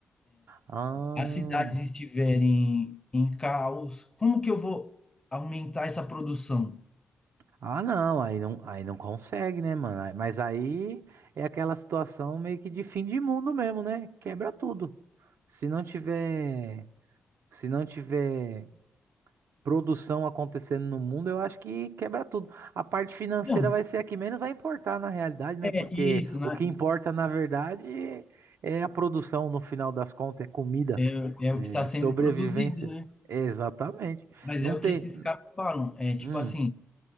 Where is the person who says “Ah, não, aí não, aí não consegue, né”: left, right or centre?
Right